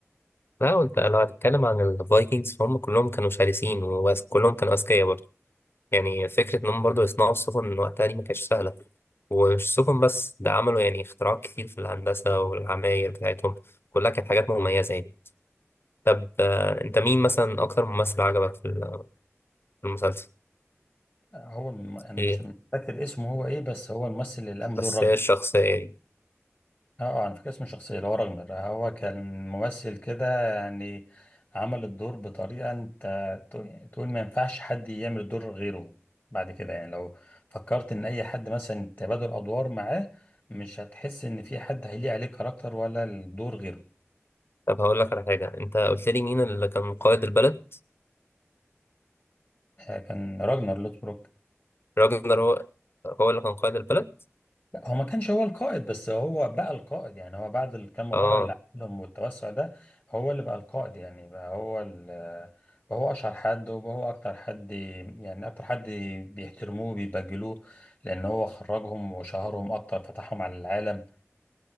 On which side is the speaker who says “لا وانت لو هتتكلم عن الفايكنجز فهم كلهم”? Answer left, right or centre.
Left